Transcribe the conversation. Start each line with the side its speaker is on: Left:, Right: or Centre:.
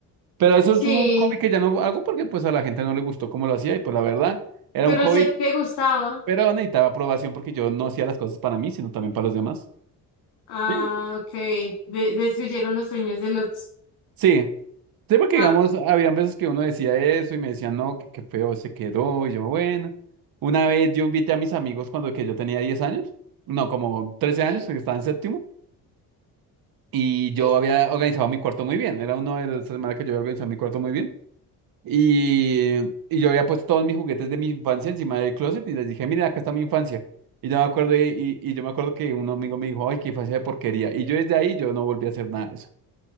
Right: Pero eso
Left: Sí,
Right: es un hobby que ya no hago porque pues a la gente no le gustó cómo lo hacía y pues la verdad. Era
Left: pero
Right: un hobby
Left: si a ti te gustaba.
Right: pero necesitaba aprobación porque yo no hacía las cosas para mí, sino también para los demás.
Left: Ah,
Right: Sí.
Left: ok. De destruyeron los sueños del otro.
Right: Sí, sí, porque
Left: Ah,
Right: digamos, habían veces que uno decía eso y me decían, no, que qué feo se quedó. Y yo, bueno. Una vez yo invité a mis amigos cuando que yo tenía 10 años, no, como trece
Left: sí,
Right: años, que estaba en séptimo, y yo
Left: sí.
Right: había organizado mi cuarto muy bien. Era uno de las semanas que yo había organizado mi cuarto muy bien. Y, y yo había puesto todos mis juguetes de mi infancia encima del closet y les dije, miren, acá está mi infancia. Y yo me acuerdo, y, y- y yo me acuerdo que un amigo me dijo, ay, qué infancia de porquería. Y yo desde ahí yo no volví a hacer nada de eso.